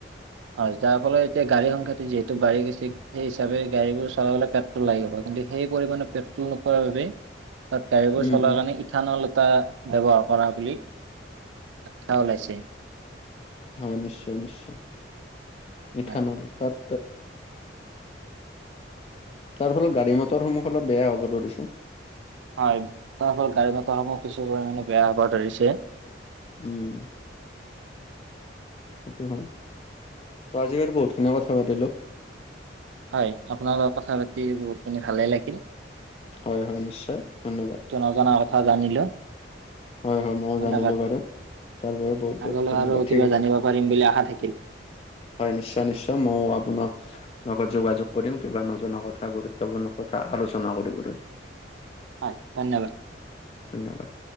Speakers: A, on the right; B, on the left.
A: হয়, যাৰ ফলত এতিয়া গাড়ী সংখ্যাটো যিহেতু বাঢ়ি গৈছে সেই হিচাপে গাড়ী বোৰ চলাবলে পেট্ৰল লাগিব কিন্তু সেই পৰিমাণে পেট্ৰল নোপোৱাৰ বাবে তাত গাড়ীবোৰ
B: উম,
A: চলাৰ
B: উম
A: কাৰণে ইথানল টা ব্যৱহাৰ কৰা বুলি আখ্যা ওলাইছে।
B: হয়, নিশ্চয়-নিশ্চয় ইথানল
A: হয়
B: তাত তাৰ ফলত গাড়ী মটৰসমূহ অলপ বেয়া হ'ব ধৰিছে।
A: হয়, তাৰ ফল গাড়ী মতৰ সমূহ কিছু পৰিমাণে বেয়া হব ধৰিছে।
B: উম, সেইটো হয়, ত আজি বহুতখিনিযে কথা পাতিলো।
A: হয়, আপোনাৰ লগত কথা পাতি বহুতখিনি ভালে লাগিল।
B: হয় হয় নিশ্চয় ধন্যবাদ।
A: নজনা কথা জানিলো।
B: হয়-হয় ময়ো
A: ধন্যবাদ
B: জানিলোঁ বাৰু তাৰ বাবে বহুত-বহুত
A: আগলৈ
B: ধন্যবাদ
A: আৰু কিবা
B: ঠিক আছে।
A: জানিব পাৰিম বুলি আশা থাকিল
B: হয়, নিশ্চয়-নিশ্চয় মই আপোনাক লগত যোগাযোগ কৰিম কিবা নজনা কথা গুৰুত্বপূৰ্ণ কথা আলোচনা কৰিবলৈ।
A: হয়, ধন্যবাদ।
B: ধন্যবাদ।